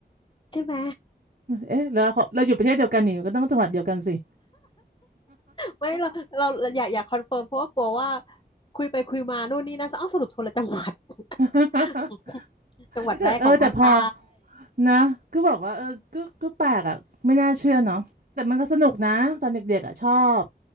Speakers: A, on the left; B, on the right.
A: ใช่ไหม
B: เอ๊ะแล้วเราเราอยู่ประเทศเดียวกันนี่ก็ต้องจังหวัดเดียวกันสิ
A: ไม่เราเราอยากอยากคอนเฟิร์มเพราะว่ากลัวว่าคุยไปคุยมานู่นนี่นะอ้าวสรุปคนละจังหวัด
B: <laughs>
A: <laughs> จังหวัดแรกของภาคใต้
B: เอ้ยแต่เออแต่พอนะก็แบบว่าเออก็ก็แปลกอ่ะไม่น่าเชื่อเนาะแต่มันก็สนุกนะตอนเด็กๆอ่ะชอบ